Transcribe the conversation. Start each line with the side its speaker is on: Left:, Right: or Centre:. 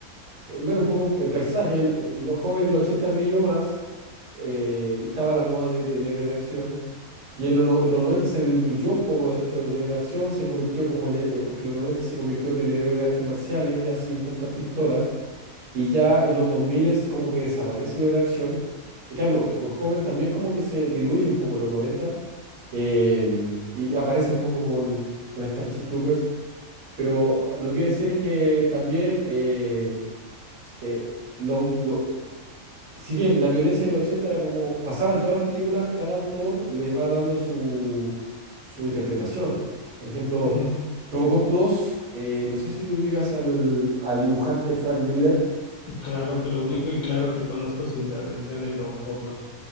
Right: eh, Bueno, un poco el paisaje, el, eh, el World joven en los 80 brilló más eh, y estaba la moda de- del héroe de acción. Y en, los no- en los 90 se diluyó un poco de esto del héroe de acción, se convirtió como en... eh, porque en los 90 se convirtió en el héroe de artes marciales, ya sin tantas pistolas. Y ya en los 2000 es como que desaparece el héroe de acción. En cambio, World joven también como que se diluye un poco en los noventa eh, y aparece un poco con, con Starship Troopers, pero lo que quiero decir es que también, eh, eh, lo, lo- si bien la violencia de los 80 era como pasaba en todas las películas, cada autor le va dando su, su interpretación. Por ejemplo,
Left: Ujú.
Right: Robocop dos eh, no sé si tú ubicas al, al dibujante Frank Miller.
Left: Claro que lo ubico y claro que conozco su intervención en Robocop dos.